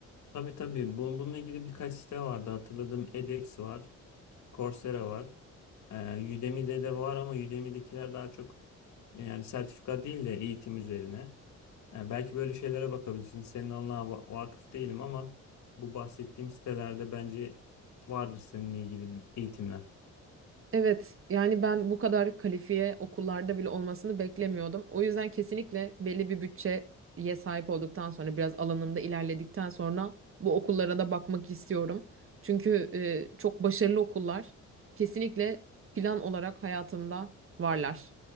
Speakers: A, on the left; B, on the right.
A: Tabii tabii Bu- bununla ilgili birkaç site vardı. Hatırladığım edX var, Coursera var. Ee, Udemy'de de var ama Udemy'dekiler daha çok yani sertifika değil de eğitim üzerine. Yani belki böyle şeylere bakabilirsin. Senin alanına va- vakıf değilim ama bu bahsettiğim sitelerde bence vardır seninle ilgili eğitimler.
B: Evet, yani ben bu kadar kalifiye okullarda bile olmasını beklemiyordum. O yüzden kesinlikle belli bir bütçeye sahip olduktan sonra biraz alanında ilerledikten sonra bu okullara da bakmak istiyorum. Çünkü e, çok başarılı okullar kesinlikle plan olarak hayatımda varlar.